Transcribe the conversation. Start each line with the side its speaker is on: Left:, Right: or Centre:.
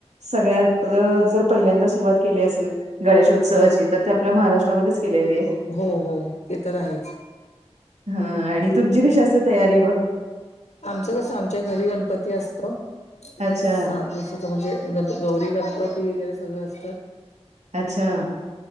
Right: सगळ्यात जर पहिल्यांदा सुरुवात केली असेल गणेशोत्सवाची तर ते आपल्या महाराष्ट्रामध्येच केलेली आहे.
Left: हो हो ते तर आहेच.
Right: हा आणि तुमची कशी असते तयारी मग?
Left: आमचं कस आमच्या घरी गणपती असत,
Right: अच्छा
Left: साधू तर म्हणजे गण गौरी गणपती वगैरे सगळें असतात.
Right: अच्छा